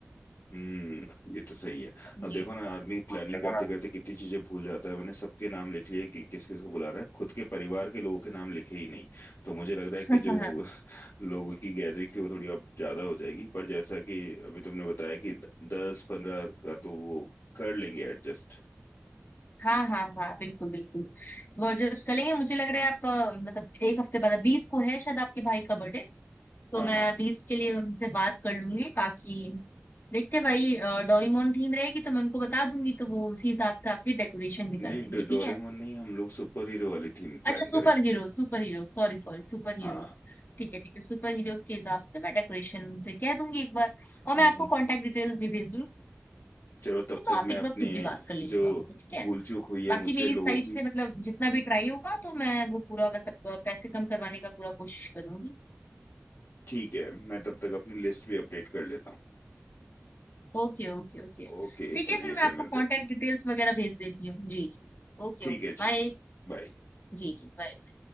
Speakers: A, on the left; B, on the left.
A: हम्म ये तो सही है अब
B: जी
A: देखो ना आदमी
B: हाँ
A: प्लानिंग
B: देखो
A: करते
B: ना
A: करते कितनी चीजें भूल जाता है मैंने सबके नाम लिख लिए कि किस किस को बुलाना है खुद के परिवार के लोगों के नाम लिखे ही नहीं तो मुझे लग रहा है
B: हाँ
A: कि जो
B: हाँ
A: <laughs> लोगों की गैदरिंग थी वो थोड़ी अब ज्यादा हो जाएगी पर जैसा कि अभी तुमने बताया कि दस पंद्रह का तो वो कर लेंगे एडजस्ट
B: हाँ हाँ हाँ, बिल्कुल बिल्कुल वो एडजस्ट करेंगे मुझे लग रहा है आपका मतलब एक हफ्ते बाद बीस को है शायद आपके भाई का बर्थडे तो
A: हाँ
B: मैं
A: हाँ
B: बीस के लिए उनसे बात कर लूंगी बाकी देखते हैं भाई अ, डोरेमोन थीम रहेगी तो मैं उनको बता दूंगी तो वो उसी हिसाब से आपकी डेकोरेशन भी
A: नहीं
B: कर देंगे
A: डो-
B: ठीक
A: डोरेमोन
B: है
A: नहीं हम लोग सुपर हीरो वाली थीम प्लान
B: अच्छा super
A: करेंगे
B: hero super hero sorry sorry super heroes
A: हाँ
B: ठीक है ठीक है सुपर हीरोज के हिसाब से मैं डेकोरेशन से कह दूंगी एक बार और
A: हम्म
B: मैं आपको
A: हम्म।
B: कांटेक्ट डिटेल्स भी भेज दूंगी
A: चलो तब
B: तो
A: तक
B: आप
A: मैं
B: एक
A: अपने
B: बार खुद भी बात कर लीजिएगा
A: जो
B: उनसे ठीक है
A: भूल चूक हुई है
B: बाकी
A: मुझसे
B: मेरी
A: लोगों
B: साइड
A: की
B: से मतलब जितना भी ट्राई होगा तो मैं वो पूरा मतलब पैसे कम करवाने का पूरा कोशिश करूंगी
A: ठीक है मैं तब तक अपनी लिस्ट भी अपडेट कर लेता
B: Okay okay okay
A: हूँ ओके
B: ठीक
A: चलिए
B: है फिर मैं
A: फिर
B: आपको
A: मिलते
B: कांटेक्ट
A: हैं
B: डिटेल्स वगैरह भेज देती हूँ जी जी Okay
A: ठीक
B: okay
A: है
B: bye
A: जी बाय
B: जी जी bye।